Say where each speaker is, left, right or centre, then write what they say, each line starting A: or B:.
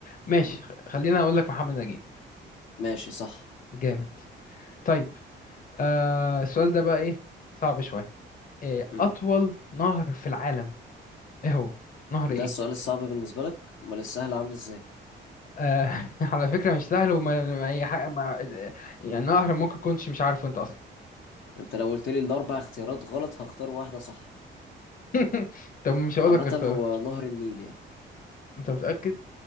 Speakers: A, on the left; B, on the left.
A: ماشي
B: مم.
A: خ- خلينا أقول لك محمد نجيب
B: ماشي صح
A: جامد طيب آه، السؤال ده بقى إيه صعب شوية إيه
B: مم.
A: أطول نهر في العالم إيه هو نهر
B: ده
A: إيه
B: السؤال الصعب بالنسبة لك امال السهل عامل ازاي
A: آه، <laughs> على فكرة مش سهل وما ما- أي حاجة ما يعني نهر ممكن كنتش مش عارفه أنت أصلا
B: انت لو قلت لي الاربع اختيارات غلط هختار واحدة صح
A: <laughs> طب مش هقول
B: عامة
A: لك اختيارات
B: هو نهر النيل يعني
A: انت متأكد